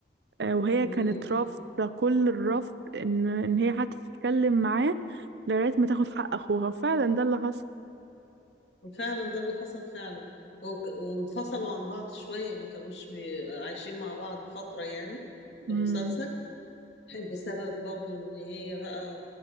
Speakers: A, on the right; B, on the left.
A: آه، وهي
B: امم
A: كانت رافضة كل الرفض إن إن هي حتى تتكلم معاه لغاية ما تاخد حق أخوها وفعلا ده اللي حصل
B: فعلا ده اللي حصل فعلا وك- وانفصلوا عن بعض شوية ما كانوش بي... عايشين مع بعض فترة يعني في
A: امم
B: المسلسل <laughs> بسبب برضو ان هي بقى